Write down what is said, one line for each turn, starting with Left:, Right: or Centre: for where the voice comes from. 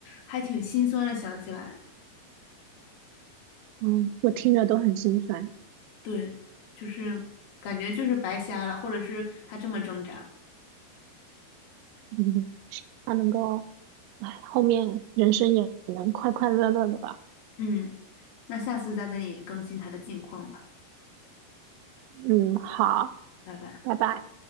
Left: 还挺心酸的，想起来，
Right: 嗯，我听着都很心酸，
Left: 对，就是感觉就是白瞎了，或者是他这么挣扎，
Right: 嗯，他能够，哎，后面人生也能快快乐乐的吧，
Left: 嗯，那下次再跟你更新他的近况吧，
Right: 嗯，好，
Left: 拜拜。
Right: 拜拜。